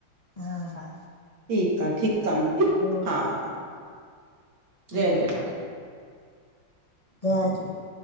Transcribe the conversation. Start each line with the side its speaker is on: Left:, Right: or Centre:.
Left: हा हा।
Right: ठीक आ, ठीकु आ आंटी
Left: ॿियो
Right: हा हा। जय
Left: हा
Right: झूलेलाल
Left: जय झूले